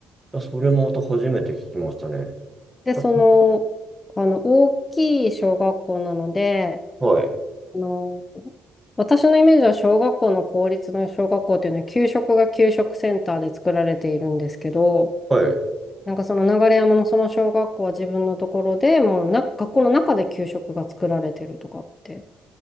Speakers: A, on the right; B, on the left.
A: たそれもまた初めて聞きましたね。
B: で、
A: あ
B: その、あの、大きい小学校なので、
A: はい、
B: あの、私のイメージは小学校の公立の小学校っていうのは給食が給食センターで作られているんですけど、
A: はい。
B: なんかその流山のその小学校は自分のところでもうな、学校の中で給食が作られてるとかって。